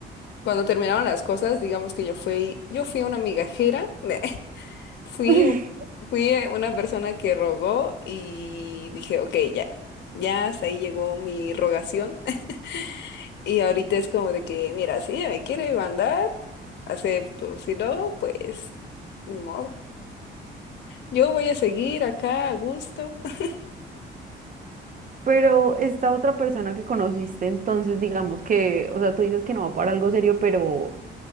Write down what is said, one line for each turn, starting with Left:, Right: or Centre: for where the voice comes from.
Left: cuando terminaron las cosas, digamos que yo fui, yo fui una migajera, <laughs> fui,
Right: <laughs>
Left: un- fui una persona que rogó y dije, ok, ya, ya hasta ahí llegó mi rogación. <laughs> Y ahorita es como de que, mira, si ella me quiere mandar, acepto, si no, pues ni modo. Yo voy a seguir acá a gusto. <laughs>
Right: Pero esta otra persona que conociste, entonces digamos que, o sea, tú dices que no va para algo serio, pero,